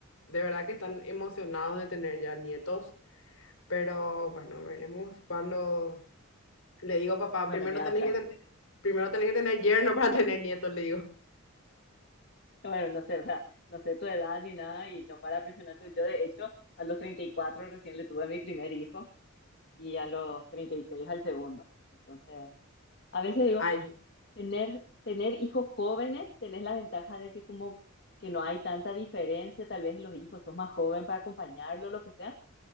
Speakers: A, on the left; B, on the left.
A: de verdad que están emocionados de tener ya nietos. Pero bueno, veremos cuando le digo, papá,
B: Bueno,
A: primero
B: mira,
A: tenés
B: o sea,
A: que tener, primero tenés que tener yerno para tener nietos, le digo.
B: bueno, no sé, o sea, no sé tu edad ni nada y no para presionarte. Yo, de hecho, a los 34 recién le tuve a mi primer hijo y a los 36 al segundo. Entonces, a veces digo,
A: Ay,
B: tener, tener hijos jóvenes, tenés la ventaja de que como que no hay tanta diferencia, tal vez en los hijos, sos más joven para acompañarlo, lo que sea